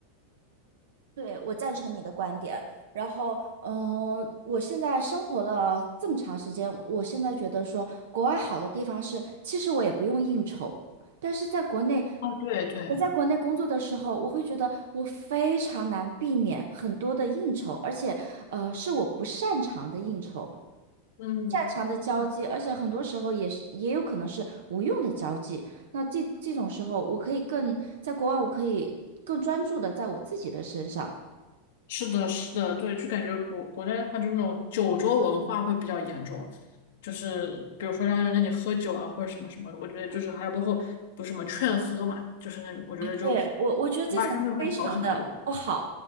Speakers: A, on the right; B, on the left.
A: 对，我赞成你的观点。然后，嗯、我现在生活了这么长时间，我现在觉得说，国外好的地方是，其实我也不用应酬。但是在国内，
B: 啊，对对，
A: 我在国内工作的时候，我会觉得我非常难避免很多的应酬，而且，呃，是我不擅长的应酬，
B: 嗯。
A: 擅长的交际，而且很多时候也是也有可能是无用的交际。那这这种时候，我可以更在国外，我可以更专注的在我自己的身上。
B: 是的，是的，对，就感觉国国内的话，就那种酒桌文化会比较严重，就是比如说让人让你喝酒啊，或者什么什么的，我觉得就是还有包括不是什么劝喝嘛，就是那种，我觉得就国
A: 对，我，我觉得这种非常的不好。
B: 外相对会好很多。